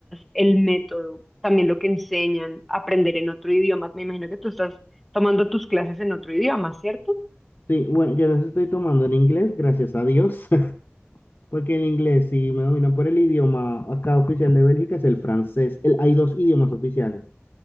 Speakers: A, in the centre; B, on the left (about 50°).
A: el método, también lo que enseñan, aprender en otro idioma. Me imagino que tú estás tomando tus clases en otro idioma, ¿cierto?
B: Sí, bueno, yo las estoy tomando en inglés, gracias a Dios, <laughs> porque el inglés sí me domina por el idioma acá oficial de Bélgica, es el francés. El- hay dos idiomas oficiales.